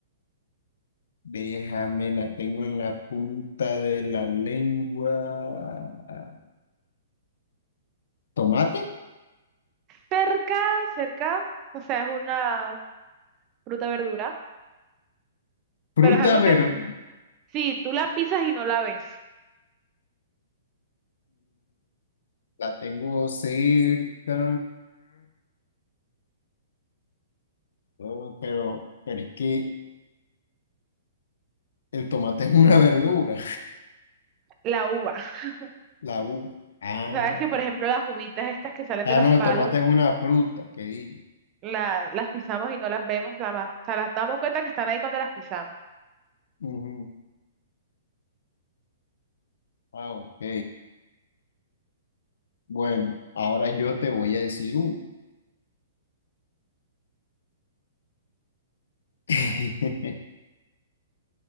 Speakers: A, on the left; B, on the right.
A: Déjame, la tengo en la punta de la lengua. ¿Tomate?
B: Cerca, cerca. O sea, es una fruta verdura,
A: Fruta
B: pero es algo
A: verde.
B: que Sí, tú la pisas y no la ves,
A: La tengo cerca. Oh, pero, pero es que el tomate es una verdura.
B: la uva. <laughs>
A: La uva. Ah,
B: Sabes que, por ejemplo, las uvitas estas que salen de
A: ah,
B: los
A: no,
B: palos,
A: el tomate es una fruta, que digo.
B: la- las pisamos y no las vemos, la ma- o sea, las damos cuenta que están ahí cuando las pisamos.
A: Ujú. Ah, ok. Bueno, ahora yo te voy a decir uno. <laughs>